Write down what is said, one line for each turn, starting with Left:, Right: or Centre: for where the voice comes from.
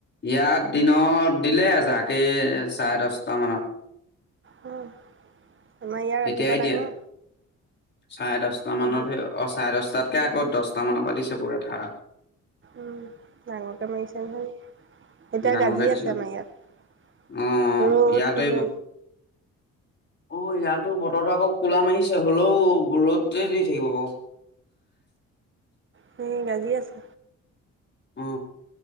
Left: ইয়াত দিনত দিলে এজাক এ চাৰে দছটা মানত।
Right: উম। আমাৰ ইয়াৰ
Left: তেতিয়াই
Right: ৰাতিপুৱা
Left: দিয়া
Right: ডাঙৰ
Left: চাৰে দছটা মানত
Right: বৰষুণ
Left: সেই অ চাৰে দছটাত। কে আক দছটা মান পা দিছে পুৰা ধাৰা
Right: উম ডাঙৰকে মাৰিছে নহয় এতিয়া
Left: ডাঙৰকে
Right: গাজি
Left: দিছে
Right: আছে
Left: অ
Right: আমাৰ ইয়াত।
Left: অ
Right: ৰ'দ
Left: ইয়াতে
Right: কিন্তু
Left: এই অ ইয়াত। টো বতৰটো আকৌ কোলা মাৰিছে হ'লোও ৰ'দটোৱে দি থাকিব বাও
Right: সেই গাজি আছে।
Left: অ